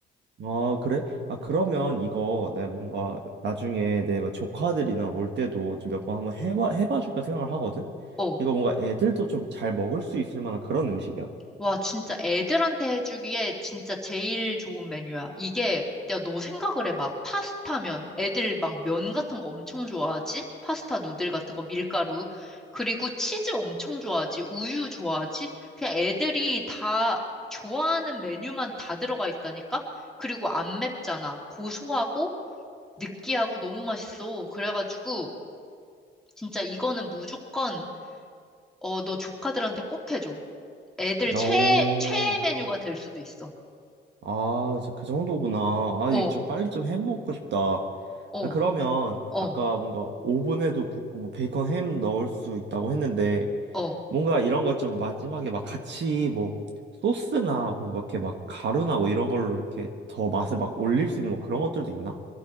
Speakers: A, on the right; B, in the centre.
A: 아, 그래? 아, 그러면 이거 내가 뭔가 나중에 내 막 조카들이나 올 때도 좀 몇 번 한번 해봐, 해봐 줄까 생각을 하거든?
B: 어,
A: 이거 뭔가 애들도 좀 잘 먹을 수 있을 만한 그런 음식이야?
B: 와, 진짜 애들한테 해주기에 진짜 제일 좋은 메뉴야. 이게, 야, 너 생각을 해봐. 파스타면 애들 막 면 같은 거 엄청 좋아하지? 파스타 누들 같은 거, 밀가루. 그리고 치즈 엄청 좋아하지? 우유 좋아하지? 그냥 애들이 다 좋아하는 메뉴만 다 들어가 있다니까? 그리고 안 맵잖아. 고소하고, 느끼하고 너무 맛있어. 그래가지고 진짜 이거는 무조건 어, 너 조카들한테 꼭 해줘. 애들
A: 오,
B: 최 최애 메뉴가 될 수도 있어.
A: 아, 이제 그 정도구나. 아,
B: 어,
A: 이거 좀 빨리 좀 해먹고 싶다. 아,
B: 어,
A: 그러면
B: 어,
A: 아까 뭔가 오븐에도 굽고 뭐 베이컨 햄 넣을 수 있다고 했는데
B: 어.
A: 뭔가 이런 거 좀 마지막에 막 같이 뭐 소스나 뭐 이렇게 막 가루나 뭐 이런 걸로 이렇게 더 맛을 막 올릴 수 있는 뭐 그런 것들도 있나?